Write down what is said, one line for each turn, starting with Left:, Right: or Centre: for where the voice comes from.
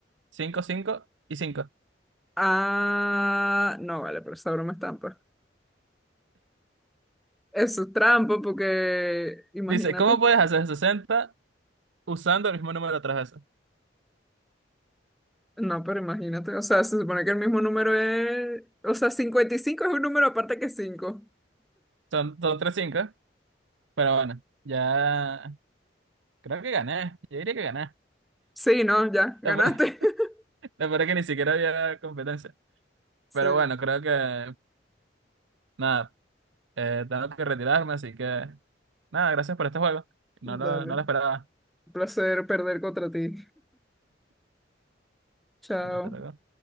Right: cinco, 5 y cinco,
Centre: Ah, no, vale, pero esa broma es trampa. Eso es trampa porque, imagínate.
Right: Dice, ¿cómo puedes hacer 60 usando el mismo número tres veces?
Centre: No, pero imagínate, o sea, se supone que el mismo número es, o sea, 55 es un número aparte que cinco
Right: Son, son 3 cinco, Pero bueno, ya creo que gané. Yo diría que gané.
Centre: Sí, no, ya, ganaste.
Right: <laughs>
Centre: <laughs>
Right: La verdad es que ni siquiera había competencia.
Centre: Sí,
Right: Pero bueno, creo que... Nada, Eh, tengo que retirarme, así que nada, gracias por este juego. No
Centre: dale.
Right: lo, no
Centre: Un
Right: lo esperaba.
Centre: placer perder contra ti. Chao.
Right: Hasta luego.